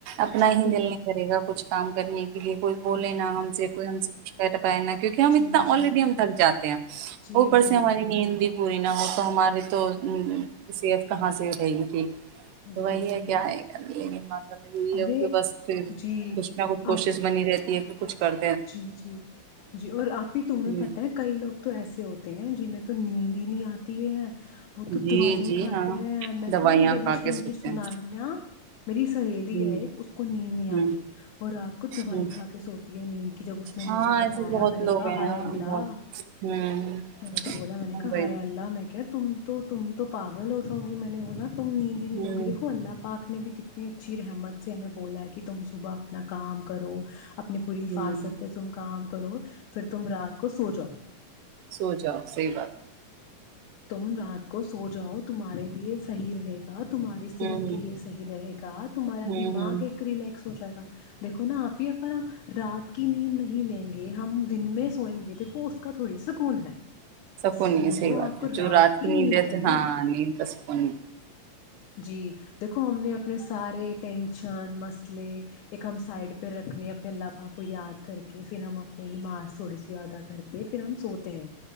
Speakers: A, on the right; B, on the left.
A: اپنا
B: جی
A: ہی دل نہیں کرے گا کچھ کام کرنے کے لیے کوئی بولے نا ہم سے کوئی ہم سے کچھ نا کیونکہ ہم اتنا
B: جی جی
A: آلریڈی ہم تک جاتے ہیں
B: جی
A: اوپر
B: جی
A: سے ہماری نیندی پوری نہ ہو تو ہماری تویف کہاں سے رہے گی ٹھیک
B: جی
A: تو وہی
B: جی
A: ہے کیا آئے گا لناشا میں یہی
B: ارے
A: کہ بس پھر
B: جی
A: کچھ نہ کچھ کوشش
B: آپ
A: بنی رہتی ہے کہ کچھ کر
B: جی جی جی اور آپ بھی تمہیں
A: جی
B: پت ہے کئی لوگ تو ایسے ہوتے ہیں جنہیں تو نیند ہی نہیں آتی ہے وہ تو
A: جی
B: دوائیا
A: جی
B: کھاتے
A: ہاں
B: ہیں میں
A: دوائیاں
B: تو جب
A: کھا
B: اس
A: کے
B: نے مجھے
A: سوتے
B: سنایا
A: ہیں
B: میری سہیلی
A: ہوں
B: ہے اس کو نیند نہیں آتی
A: ہوں
B: اور رات کو دوائی
A: ہوں
B: کھا کے سوتی ہے نیند اس نے مجھے
A: ہاں ایسے
B: بتایا
A: بہت
B: میں نے
A: لوگ
B: کہا
A: ہیں
B: ہائے
A: یہاں
B: اللہ
A: بہت ہوں
B: میں نے تو بولا میں نے کہا
A: وہی
B: ہائے اللہ میں کیا تم تو تم تو پاگل ہو جاؤ گی میں نے بولا تو نیند ہی نہیں
A: ہوں
B: لگ دیکو اللہ پاک نے بھی کتنی اچھی رحمت سے ہمیں بولا ہے کہ تم صبح اپنا کام کرو اپنی پوری حفاظت
A: ہوں
B: کام کرو پھر تم رات کو سو جاؤ
A: سو جاؤ صحیح بات
B: تم رات کو سو جاؤ تمہارے لیے صحیح رہے تمہاری
A: ہے
B: صحت
A: ہوں
B: کے
A: ہوں
B: لیے صحیح رہے گا تمہارا
A: ہوں
B: دماغ
A: ہوں
B: ایک ریلیکس ہو جائے گا دیکو نا آپ ہی اگر ہم رات کو کہ نیند نہیں لیں گے ہم دن میں سوئیں گے دیکھو اس کا تھوڑی سکون ہے
A: سک
B: سکون
A: نہیں ہے سی
B: تو
A: بات
B: آپ کو
A: ہے جو رات کی نیند ہے
B: کا
A: تو
B: نا
A: ہاں ند کسپنی
B: جی دیکھو ہمنے اپنے سارے ٹینشن مسئلے ایک ہم سائڈ پہ رکھنے اپنے اللہ پاک کو یاد کر کے پھر ہم اپنی نماز تھوڑی سی ایادا کر کے پھر ہم سوتے ہیں